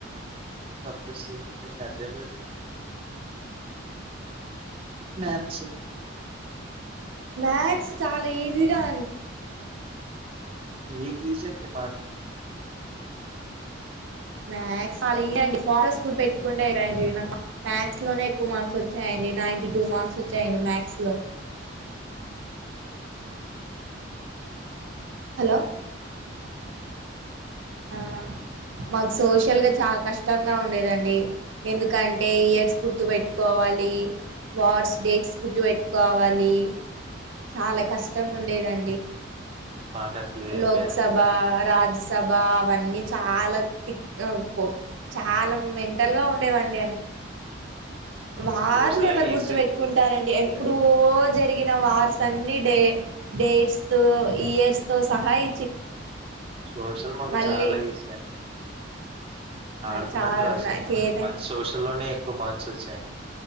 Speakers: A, on the right; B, on the right.
A: టఫ్ఫస్ అంటె అదే మెడ్
B: ఏదండీ
A: మ్యాథ్స్
B: మ్యాథ్స్ చాన ఈజీగా అండి
A: మీకు ఈజీ అండి మాక్ గాదు
B: మ్యాథ్స్ చాలా ఈజీ అండి ఫార్ములాస్ గుర్తుపెట్టుకుంటే అయిపోయండి నాకు మథ్స్ లోనే ఎక్కువ మార్క్స్ ఒచ్చాయండి నైన్టీ టూ మార్క్స్ ఒచ్చాయండి మ్యాథ్స్ లో హలో
A: ఆ
B: ఆ మాక్ సోషల్గ చాల కష్టంగా ఉండేదండి ఎందుకంటే ఇయర్స్ గుర్తుపెట్టుకోవాలి, వార్స్ డేట్స్ గుర్తుపెట్టుకోవాలి చాలా కష్టంగుండేదండి
A: మాకు అట్లా ఏం
B: లోక్
A: లేదండి
B: సభా, రాజ్య స్ సభా అవన్నీ చాలా తిక్ కో కొ చాలా మెంటల్గా ఉండేవండి అన్నీ వార్లు
A: సోషలే
B: ఎవర్ గుర్తు
A: ఈజీ
B: పెట్టుకుంటారండి
A: ఈజీ ఈజీ
B: ఎప్పుడో జర్ జరిగిన వార్స్ అన్ని డే డేట్స్ తో ఇయర్స్ తో సహా ఇచ్చింటారండి
A: సోషల్ మాకు
B: మళ్ళీ
A: చాలా ఈజీ అండి
B: నాకు
A: ఆడుకున్నట్టు
B: చా
A: రాసిస్తామండి
B: నాకు ఏదైనా
A: మాకు సోషల్ లోనే ఎక్కువ మార్క్స్ వచ్చాయండి